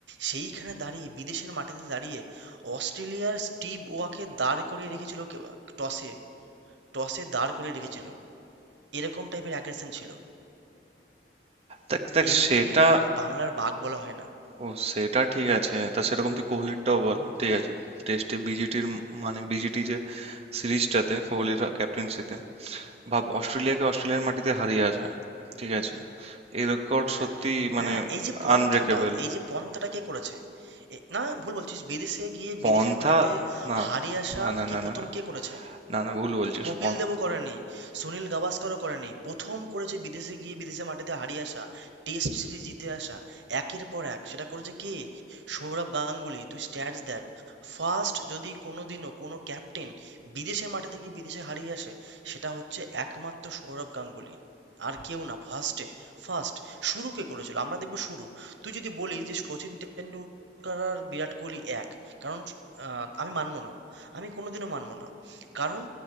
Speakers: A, on the right; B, on the right.
A: সেইখানে দাঁড়িয়ে বিদেশের মাটিতে দাঁড়িয়ে অস্ট্রেলিয়ার স্টিভ ওয়াকে দাঁড় করিয়ে রেখেছিল টসে টসে দাঁড় করিয়ে রেখেছিল এরকম টাইপের অ্যাগ্রেশন ছিল
B: দেখ দেখ
A: এমনি
B: সেটা
A: এমনি ওকে বাংলার বাঘ বলা হয় না
B: ও সেটা ঠিক আছে তা সেরকম তুই কোহলিরটাও বল ঠিক আছে টেস্টে বিজিটির মানে বিজিটি যে সিরিজটাতে কোহলির ক্যাপ্টেন্সিতে ভাব অস্ট্রেলিয়াকে
A: হুম
B: অস্ট্রেলিয়ার মাটিতে হারিয়ে আসা ঠিক আছে এই রেকর্ড সত্যি
A: হ্যাঁ
B: মানে
A: হ্যাঁ এই যে পন্থাটা
B: আনব্রেকেবল
A: এই যে পন্থাটা কে করেছে এ- না ভুল বলছিস বিদেশে গিয়ে
B: পন্থা
A: বিদেশের মাটিতে
B: না
A: হারিয়ে আসা
B: না না
A: কি
B: না
A: প্রথম
B: না না
A: কে করেছে
B: না না ভুল বলছিস
A: কপিল
B: পন
A: দেবও করেনি সুনীল গাভাস্করও করেনি প্রথম করেছে বিদেশে গিয়ে বিদেশে মাটিতে হারিয়ে আসা টেস্ট সিরিজ জিতে আসা একের পর এক সেটা করেছে কে সৌরভ গাঙ্গুলি তুই স্ট্যাটস দেখ ফার্স্ট যদি কোনোদিনও কোনো ক্যাপ্টেন বিদেশে মাটিতে গিয়ে বিদেশে হারিয়ে আসে সেটা হচ্ছে একমাত্র সৌরভ গাঙ্গুলি আর কেউ না ফার্স্টে ফার্স্ট শুরু কে করেছিল আমরা দেখবো শুরু তুই যদি বলি যে সচিন টেন্ডুলকার আর বিরাট কোহলি এক কারণ আহ, আমি মানবো না আমি কোনোদিনও মানবো না কারণ